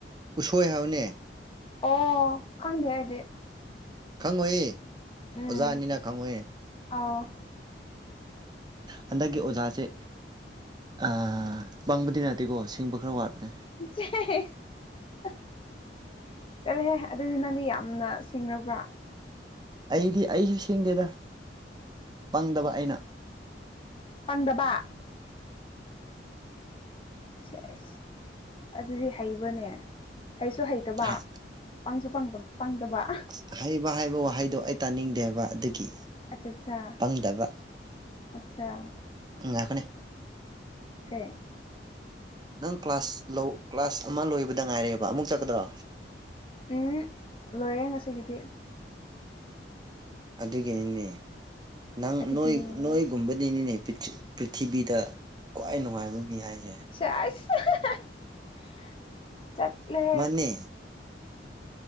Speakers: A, on the right; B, on the left.
A: ꯎꯁꯣꯏ ꯍꯥꯏꯕꯅꯦ
B: ꯑꯣ ꯈꯪꯗꯦ ꯑꯩꯗꯤ
A: ꯈꯪꯉꯣꯏꯌꯦ
B: ꯎꯝ
A: ꯑꯣꯖꯥ ꯑꯅꯤꯅ ꯈꯪꯉꯣꯏꯌꯦ
B: ꯑꯥꯎ
A: ꯍꯟꯗꯛꯀꯤ ꯑꯣꯖꯥꯁꯦ ꯑ ꯄꯪꯕꯗꯤ ꯅꯠꯇꯦꯀꯣ ꯁꯤꯡꯕ ꯈꯔ ꯋꯥꯠꯄꯅꯦ
B: <unintelligible> ꯆꯠꯂ‌ꯣꯍꯦ ꯑꯗꯨꯗꯤ ꯅꯪꯗꯤ ꯌꯥꯝꯅ ꯁꯤꯡꯔꯕ꯭ꯔꯥ
A: ꯑꯩꯗꯤ ꯑꯩꯁꯨ ꯁꯤꯡꯗꯦꯗ ꯄꯪꯗꯕ ꯑꯩꯅ
B: ꯄꯪꯗꯕ ꯁ‌ꯦꯁ ꯑꯗꯨꯗꯤ ꯍꯩꯕꯔꯅꯦ ꯍꯩꯁꯨ ꯍꯩꯇꯕ
A: ꯍꯩ
B: ꯄꯪꯁꯨ ꯄꯪꯗ ꯄꯪꯗꯕ
A: ꯑꯁ ꯍꯩꯕ ꯍꯥꯏꯕ ꯋꯥꯍꯩꯗꯣ ꯑꯩ ꯇꯥꯅꯤꯡꯗꯦꯕ ꯑꯗꯨꯒꯤ
B: ꯑꯆꯥꯆꯥ
A: ꯄꯪꯗꯕ
B: ꯑꯆꯥ
A: ꯉꯥꯏꯈ‌ꯣꯅꯦ
B: ꯀꯩ
A: ꯅꯪ ꯀ꯭ꯂꯥꯁ ꯂꯧ ꯀ꯭ꯂꯥꯁ ꯑꯃ ꯂꯣꯏꯕꯗ ꯉꯥꯏꯔꯦꯕ ꯑꯃꯨꯛ ꯆꯠꯀꯗ꯭ꯔꯣ
B: ꯎꯝ ꯂꯣꯏꯔꯦ ꯉꯁꯤꯒꯤꯗꯤ
A: ꯑꯗꯨꯒꯤꯅꯤꯅꯦ ꯅꯪ
B: ꯑꯗꯨꯒꯤꯅꯦ
A: ꯅꯣꯏ ꯅꯣꯏꯒꯨꯝꯕꯗꯤꯅꯤꯅꯦ ꯄ꯭ꯔꯤꯊꯤ ꯄ꯭ꯔꯤꯊꯤꯕꯤꯗ ꯈ꯭ꯋꯥꯏ ꯅꯨꯡꯉꯥꯏꯕ ꯃꯤ ꯍꯥꯏꯁꯦ
B: ꯆꯁ <unintelligible> ꯆꯠꯂ‌ꯦ
A: ꯃꯥꯅꯦ